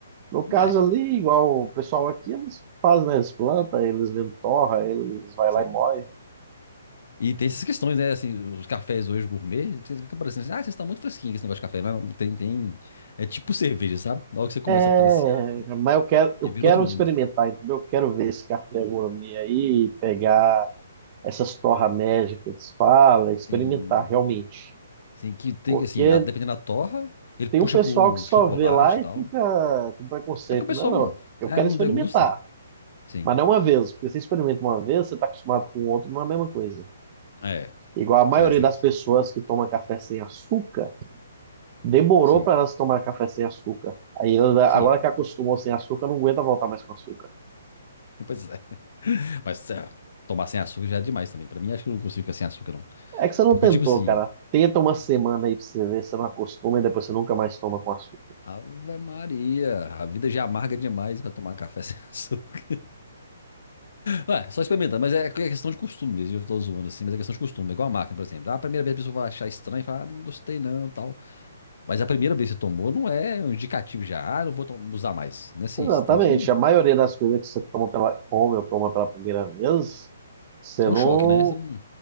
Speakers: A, on the right; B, on the left.
A: No caso
B: é,
A: ali, igual o pessoal aqui, eles fazem, né, eles plantam, eles mesmo torra, eles vai
B: sim.
A: lá e moe.
B: E tem essas questões, né? Assim, os cafés hoje gourmet, você fica parecendo assim, ah, vocês estão muito fresquinhos com esse negócio de café. Mas tem, tem. É tipo cerveja, sabe? Na hora que você começa
A: É,
B: a apreciar,
A: mas eu quero, eu
B: aí vira
A: quero
B: outro mundo.
A: experimentar, entendeu? Eu quero ver esse café gourmet aí, pegar essas torra média que eles falam, experimentar
B: Sim.
A: realmente.
B: Assim, que tem,
A: Porque
B: assim, a- dependendo da torra, ele puxa
A: tem um pessoal
B: por um
A: que só
B: chocolate
A: vê lá e
B: e tal.
A: fica com preconceito.
B: É porque o pessoal
A: Não, não,
B: não,
A: eu
B: é,
A: quero
B: não
A: experimentar,
B: degusta. Sim.
A: mas não uma vez, porque você experimenta uma vez, você está acostumado com o outro, não é a mesma coisa.
B: É,
A: Igual a maioria
B: é, você-
A: das pessoas que toma café sem açúcar, demorou
B: sim,
A: para elas tomar café sem açúcar. Aí ela-
B: sim.
A: agora que acostumou
B: <laughs>
A: sem açúcar, não aguenta voltar mais com açúcar.
B: Depois, é, mas é, tomar sem açúcar já é demais também. Pra mim, acho que eu não consigo ficar sem açúcar, não.
A: É que você não
B: Porque,
A: tentou,
B: tipo assim,
A: cara. Tenta uma semana aí pra você ver se você não acostuma e depois você nunca mais toma com açúcar.
B: Ave Maria, a vida já é amarga demais pra tomar café <laughs> sem açúcar. Ué, só experimentando, mas é, é questão de costume mesmo. Eu tô zoando assim, mas é questão de costume. É igual a máquina, por exemplo. Ah, A primeira vez a pessoa vai achar estranho e falar, ah, não gostei não, tal. Mas a primeira vez que você tomou não é um indicativo já, ah, não vou to- usar mais. Não é assim,
A: Exatamente.
B: você tem que.
A: A maioria das coisas que você toma pela, come ou toma pela primeira vez, você
B: É
A: não.
B: um choque, né? Você não.